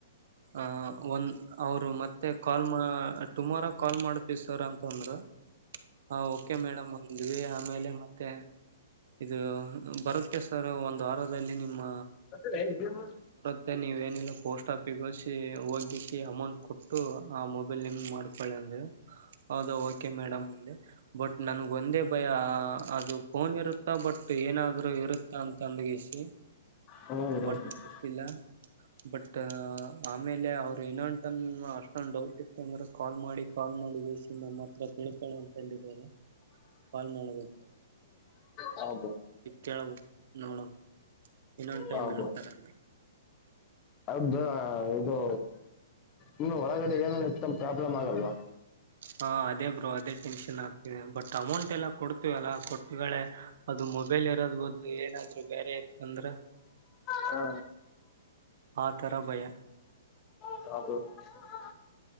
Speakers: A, on the right (about 60°); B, on the left (about 30°).
A: ಆಹ ಒಂದ ಅವರು ಮತ್ತೆ ಕಾಲ್ ಟುಮಾರೋ ಕಾಲ್ ಮಾಡತ ಸರ್ ಅಂತಂದರು ಹಾ ಓಕೆ ಮೇಡಮ್ ಹಿಂದವಿ ಆಮೇಲೆ ಮತ್ತೆ ಇದು ಬರುತ್ತೆ ಸರ್ ಒಂದು್ ವಾರದಲ್ಲಿ ನಿಮ್ಮ
B: ಅ
A: ಮತ್ತೆ ನೀವೇಏನಿಲ್ಲ ಪೋಸ್ಟ್ ಆಫಿಿಗೆೋಸಿ ಹೋಗಲಿಕ್ಕೆ ಅಮೌಂಟ್ ಕೊಟ್ಟು ಆ ಮೊಬೈಲ್ ನಿಮ ಮಾಡ್ಕೊಳ್ಳಿ ಅಂದ್ರೆ ಹೌದ ಓಕೆ ಮೇಡಮ್ ಒಂದೆ ಬಟ್ ನನ್ಗ ಒಂದೇ ಭಯ ಅದು ಫೋನ್ ಇರುತ್ತಾ ಬಟ್ ಏನಾದರೂ ಇರುತ್ತಾ ಅಂತ ತಂದಗಸಿ
B: ಹೌದು
A: ಬಟ್ ಗೊತ್ತಿಲ್ಲ ಬಟ್ ಆಮೇಲೆ ಅವ್ರು ಇನೊಂದುಂತಂದ ಅಷ್ಟೊಂದು ಡೌಟ್ ಇತ್ತು ಅಂದ್ರೆ ಕಾಲ್ ಮಾಡಿ ಕಾಲ್ ಮಾಡಿಗಿಸಿ ನಮ್ಮ ಹತ್ರ ತಿೇಳ್ತಾಳೆ ಅಂತಂದಿದ್ದಾರೆ ಕಾಲ್ ಮಾಡಬದು
B: ಹೌದು
A: ಕೇಳವುು ನೋಡು ಇನ್ನೊಂದ್ ಟೈ್ೇಳ್ತಾರಾನ
B: ಹೌದು ಇದ ಇದು ಇನ್ನು ಒಳಗಡೆ ಏನನ ಇತ್ತನ ಪ್ರಾಬ್ಲಮ್ ಆಗಲ್ವಾ.
A: ಹಾ ಅದೇ ಬ್ರೋ ಅದೇ ಟೆನ್ಷನ್ ಆಗ್ತಿದೆ ಬಟ್ ಅಮೌಂಟ್ ಎಲ್ಲ ಕೊಡ್ತೀವಲ್ಲ ಕೊಟ್ಟ್ಗಳೇ ಅದು ಮೊಬೈಲ್ ಇರೋದ ಬದ್ಲು ಏನಾದ್ರು ಬೇರೆ ಇತ್ತ ಅಂದ್ರ
B: ಹಾ
A: ಆ ತರ ಭಯ.
B: <inaudible>